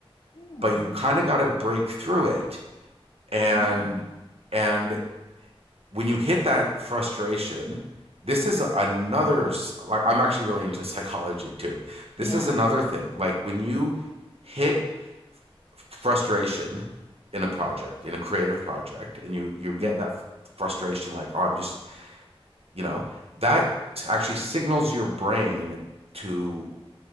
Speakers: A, on the left; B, on the right.
A: Oh,
B: but you kind of got to break through it. And
A: yeah,
B: and when you hit that frustration, this is another like I'm actually really into <laughs> psychology too.
A: yeah.
B: This is another thing. Like when you hit frustration in a project, in a creative project, and you you get
A: hmm
B: that frustration like, oh, I'm just, you know, that actually signals your brain to